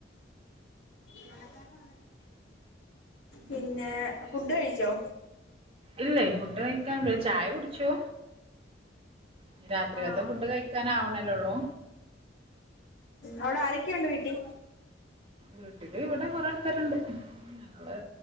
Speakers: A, on the left (about 85°); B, on the right (about 30°).
A: മണക്കണ <unintelligible> പിന്നെ ഫുഡ് കഴിച്ചോ
B: ഇല്ലേ ഫുഡ് കഴിക്കാൻ വേ ചായ കുടിച്ചു നി രാത്രിക്കത്തെ
A: ആഹ്
B: ഫുഡ് കഴിക്കാനാവണല്ലേ ഒള്ളൂ
A: അവടെ ആരൊക്കെയൊണ്ട് വീട്ടി
B: വീട്ടില് ഇവിടെ കൊറെ ആൾക്കാരുണ്ട് ഞങ്ങള്